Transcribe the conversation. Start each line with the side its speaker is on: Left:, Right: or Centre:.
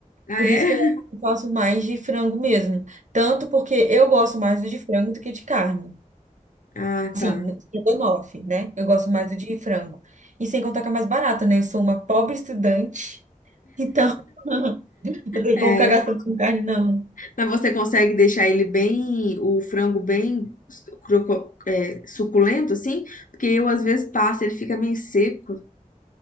Left: Ah,
Right: Por
Left: é?
Right: isso que eu acho que eu faço mais de frango mesmo. Tanto porque eu gosto mais do de frango do que de carne.
Left: <laughs> Ah,
Right: Sim,
Left: tá.
Right: estrogonofe, né? Eu gosto mais do de frango. E sem contar que é mais barata, né? Eu sou uma pobre estudante, então <laughs> não tem
Left: É.
Right: como ficar gastando com carne, não.
Left: Mas você consegue deixar ele bem, o frango bem croco- é, suculento, assim? Porque eu, às vezes, passo, ele fica meio seco.